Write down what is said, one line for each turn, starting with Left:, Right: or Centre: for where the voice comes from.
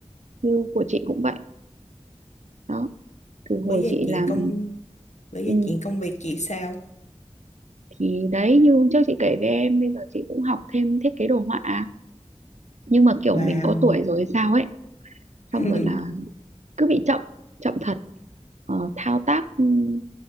Right: như của chị cũng vậy đó từ
Left: bởi
Right: hồi
Left: vì
Right: chị
Left: chuyện
Right: làm
Left: công bởi vì
Right: ừ,
Left: chuyện công việc chị sao
Right: thì đấy như hôm trước chị kể với em bây giờ chị cũng học thêm thiết kế đồ họa nhưng mà kiểu
Left: vào
Right: mình có tuổi rồi hay sao ấy
Left: <laughs>
Right: xong rồi là cứ bị chậm chậm thật Ờ, thao tác ừm,